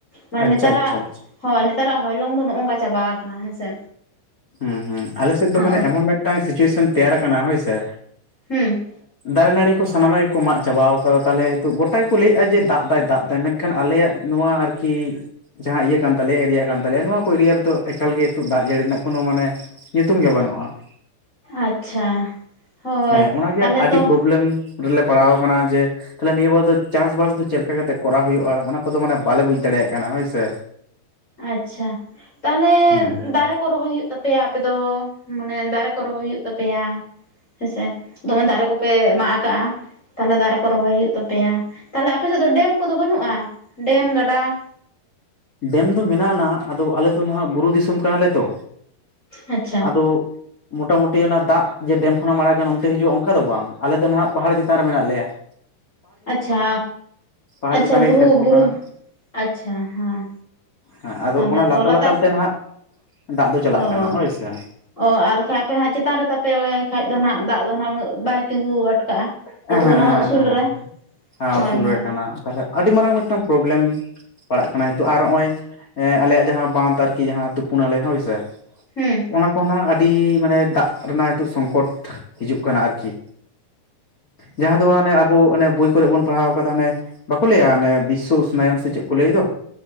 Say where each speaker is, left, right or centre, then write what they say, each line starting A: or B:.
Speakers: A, on the left (about 20°); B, on the left (about 70°).
A: ᱢᱟᱱᱮ
B: ᱟᱪᱪᱷᱟ
A: ᱱᱮᱛᱟᱨᱟᱜ
B: ᱟᱪᱪᱷᱟ ᱟᱪᱪᱷᱟ
A: ᱦᱳᱭ ᱱᱮᱛᱟᱨᱟᱜ ᱦᱚᱭᱞᱚᱝ ᱫᱚ ᱱᱚᱜᱼ ᱱᱚᱝᱠᱟ ᱪᱟᱵᱟ ᱠᱟᱱᱟ ᱦᱮᱸᱥᱮ
B: ᱦᱚᱸ ᱦᱚᱸ ᱟᱞᱮ ᱥᱮᱫ
A: ᱦᱳᱭ
B: ᱫᱚ ᱢᱟᱱᱮ ᱮᱢᱚᱱ ᱢᱤᱫᱴᱟᱝ ᱥᱤᱪᱩᱭᱮᱥᱚᱱ ᱛᱮᱭᱟᱨ ᱟᱠᱟᱱᱟ ᱦᱳᱭᱥᱮ
A: ᱦᱮᱸ
B: ᱫᱟᱨᱮ ᱱᱟᱹᱲᱤ ᱠᱚ ᱥᱟᱱᱟᱢᱟᱜ ᱜᱮᱠᱚ ᱢᱟᱜ ᱪᱟᱵᱟᱣ ᱟᱠᱟᱫᱟ ᱛᱟᱦᱚᱞᱮ ᱦᱮᱛᱳᱜ ᱜᱚᱴᱟᱠᱚ ᱞᱟᱹᱭᱮᱫᱼᱟ ᱡᱮ ᱫᱟᱜ ᱫᱟᱭ ᱫᱟᱜ ᱫᱟᱭ ᱢᱮᱱ ᱮᱱᱠᱷᱟᱱ ᱟᱞᱮᱭᱟᱜ ᱱᱚᱣᱟ ᱟᱨᱠᱤ ᱡᱟᱦᱟᱸ ᱤᱭᱟᱹ ᱠᱟᱱ ᱛᱟᱞᱮᱭᱟ ᱮᱨᱤᱭᱟ ᱠᱟᱱ ᱛᱟᱞᱮᱭᱟ ᱱᱚᱣᱟ ᱠᱚ ᱮᱨᱤᱭᱟ ᱨᱮᱫᱚ ᱮᱠᱟᱞ ᱜᱮ ᱱᱤᱛᱚᱜ ᱫᱟᱜ ᱡᱟᱹᱲᱤ ᱨᱮᱱᱟᱜ ᱠᱳᱱᱳ ᱢᱟᱱᱮ ᱧᱩᱛᱩᱢ ᱜᱮ ᱵᱟᱹᱱᱩᱜᱼᱟ ᱾
A: ᱟᱪᱪᱷᱟ ᱦᱳᱭ
B: ᱦᱮᱸ ᱚᱱᱟᱜᱮ
A: ᱛᱟᱦᱚᱞᱮ
B: ᱟᱹᱰᱤ
A: ᱛᱚ
B: ᱯᱨᱚᱵᱞᱮᱢ ᱨᱮᱞᱮ ᱯᱟᱲᱟᱣᱟ ᱠᱟᱱᱟ ᱡᱮ ᱛᱟᱦᱚᱞᱮ ᱱᱤᱭᱟᱹ ᱵᱟᱨ ᱫᱚ ᱪᱟᱥᱵᱟᱥ ᱫᱚ ᱪᱮᱫ ᱞᱮᱠᱟ ᱠᱟᱛᱮᱜ ᱠᱚᱨᱟᱣ ᱦᱩᱭᱩᱜᱼᱟ ᱚᱱᱟ ᱠᱚᱫᱚ ᱢᱟᱱᱮ ᱵᱟᱞᱮ ᱵᱩᱡ ᱫᱟᱲᱮᱭᱟᱜ ᱠᱟᱱᱟ ᱦᱳᱭᱥᱮ
A: ᱟᱪᱪᱷᱟ ᱛᱟᱦᱞᱮ
B: ᱦᱮᱸ ᱦᱮᱸ
A: ᱫᱟᱨᱮ ᱠᱚ ᱨᱚᱦᱚᱭ ᱦᱩᱭᱩᱜ ᱛᱟᱯᱮᱭᱟ ᱟᱯᱮ ᱫᱚ ᱢᱟᱱᱮ ᱫᱟᱨᱮ ᱠᱚ ᱨᱚᱦᱚᱭ ᱦᱩᱭᱩᱜ ᱛᱟᱯᱮᱭᱟ ᱦᱮᱸᱥᱮ ᱫᱚᱢᱮ ᱫᱟᱨᱮ ᱠᱚᱯᱮ ᱢᱟᱜ ᱠᱟᱜᱼᱟ ᱾ ᱛᱟᱦᱚᱞᱮ ᱫᱟᱨᱮ ᱠᱚ ᱨᱚᱦᱚᱭ ᱦᱩᱭᱩᱜ ᱛᱟᱯᱮᱭᱟ ᱛᱟᱦᱚᱞᱮ ᱟᱯᱮ ᱥᱮᱫ ᱫᱚ ᱰᱮᱢ ᱠᱚᱫᱚ ᱵᱟᱹᱱᱩᱜᱼᱟ ᱰᱮᱢ ᱜᱟᱰᱟ ᱾
B: ᱰᱮᱢ ᱫᱚ ᱢᱮᱱᱟᱜ ᱱᱟᱜ ᱟᱫᱚ ᱟᱞᱮ ᱫᱚ ᱱᱟᱦᱟᱜ ᱵᱩᱨᱩ ᱫᱤᱥᱚᱢ ᱠᱟᱱᱟᱞᱮ ᱛᱚ
A: ᱟᱪᱪᱷᱟ
B: ᱟᱫᱚ ᱢᱚᱴᱟᱢᱩᱴᱤ ᱚᱱᱟ ᱫᱟᱜ ᱡᱮ ᱰᱮᱢ ᱠᱷᱚᱱᱟᱜ ᱮᱢ ᱟᱲᱟᱜᱟ ᱚᱱᱛᱮ ᱦᱤᱡᱩᱜᱼᱟ ᱚᱱᱠᱟ ᱫᱚ ᱵᱟᱝ ᱟᱞᱮ ᱫᱚ ᱱᱟᱦᱟᱜ ᱯᱟᱦᱟᱲ ᱪᱮᱛᱟᱱ ᱨᱮ ᱢᱮᱱᱟᱜ ᱞᱮᱭᱟ ᱾
A: ᱟᱪᱪᱷᱟ
B: ᱯᱟᱦᱟᱲ
A: ᱟᱪᱪᱷᱟ
B: ᱪᱮᱛᱟᱱ ᱨᱮᱜᱮ
A: ᱵᱩᱨᱩ
B: ᱠᱷᱮᱛ ᱠᱚ
A: ᱵᱩᱨᱩ
B: ᱠᱟᱱᱟ
A: ᱟᱪᱪᱷᱟ ᱦᱮᱸ
B: ᱦᱮᱸ ᱟᱫᱚ
A: ᱛᱟᱦᱚᱞᱮ
B: ᱚᱱᱟ
A: ᱛᱚ
B: ᱞᱟᱛᱟᱨ ᱞᱟᱛᱟᱨ
A: ᱥᱮᱫ
B: ᱛᱮ ᱱᱟᱦᱟᱜ ᱫᱟᱜ ᱫᱚ ᱪᱟᱞᱟᱜ
A: ᱚ
B: ᱠᱟᱱᱟ ᱦᱳᱭᱥᱮ
A: ᱚ ᱟᱨ ᱵᱟᱠᱷᱟᱡ ᱟᱯᱮ ᱦᱟᱸᱜ ᱪᱮᱛᱟᱱ ᱨᱮ ᱛᱟᱯᱮ ᱠᱷᱟᱡ ᱫᱚ ᱱᱟᱜ ᱫᱟᱜ ᱫᱚ ᱱᱟᱜ ᱩᱱᱟᱹᱜ ᱵᱟᱭ ᱛᱤᱸᱜᱩ ᱟᱴᱠᱟᱜᱼᱟ
B: ᱮᱦᱮᱸ
A: ᱡᱮᱦᱮᱛᱩ ᱚᱱᱟ
B: ᱮᱦᱮᱸ
A: ᱩᱥᱩᱞ
B: ᱮᱦᱮᱸ
A: ᱨᱮ
B: ᱦᱮᱸ
A: ᱦᱳᱭ
B: ᱩᱥᱩᱞ
A: ᱦᱳᱭ
B: ᱨᱮ ᱠᱟᱱᱟ ᱛᱟᱦᱚᱞᱮ ᱟᱹᱰᱤ ᱢᱟᱨᱟᱝ ᱢᱤᱫᱴᱟᱝ ᱯᱨᱚᱵᱞᱮᱢ ᱯᱟᱲᱟᱜ ᱠᱟᱱᱟ ᱱᱤᱛᱚᱜ ᱟᱨ ᱱᱚᱜᱼᱚᱭ ᱟᱞᱮᱭᱟᱜ ᱡᱟᱦᱟᱸ ᱵᱟᱸᱫ ᱟᱨᱠᱤ ᱡᱟᱦᱟᱸ ᱛᱩᱯᱩᱱᱟᱞᱮ ᱦᱳᱭᱥᱮ
A: ᱦᱮᱸ
B: ᱚᱱᱟ ᱠᱚ ᱱᱟᱦᱟᱜ ᱟᱹᱰᱤ ᱢᱟᱱᱮ ᱫᱟᱜ ᱨᱮᱱᱟᱜ ᱱᱤᱛᱳᱜ ᱥᱚᱝᱠᱚᱴ ᱦᱤᱡᱩᱜ ᱠᱟᱱᱟ ᱟᱨᱠᱤ ᱡᱟᱦᱟᱸ ᱫᱚ ᱟᱱᱮ ᱟᱵᱚ ᱚᱱᱮ ᱵᱳ ᱠᱚᱨᱮ ᱵᱚᱱ ᱯᱟᱲᱦᱟᱣ ᱟᱠᱟᱫᱟ ᱦᱚᱱᱮ ᱵᱟᱠᱚ ᱞᱟᱹᱭᱟ ᱚᱱᱮ ᱵᱤᱥᱥᱚ ᱩᱥᱱᱟᱚᱭᱚᱱ ᱥᱮ ᱪᱮᱫ ᱠᱚ ᱞᱟᱹᱭ ᱫᱚ